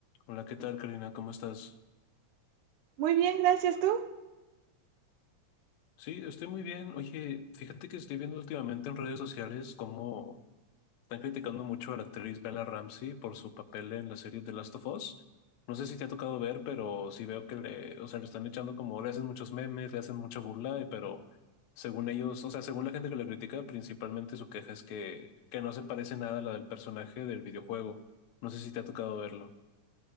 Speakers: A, on the left; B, on the right.
A: Hola, ¿qué tal, Karina? ¿Cómo estás?
B: Muy bien, gracias tú.
A: Sí, estoy muy bien. Oye, fíjate que estoy viendo últimamente en redes sociales cómo están criticando mucho a la actriz Bella Ramsey por su papel en la serie The Last of Us. No sé si te ha tocado ver, pero sí veo que le, o sea, le están echando como, le hacen muchos memes, le hacen mucha burla, y- pero según ellos, o sea, según la gente que la critica, principalmente su queja es que, que no se parece nada a la del personaje del videojuego. No sé si te ha tocado verlo.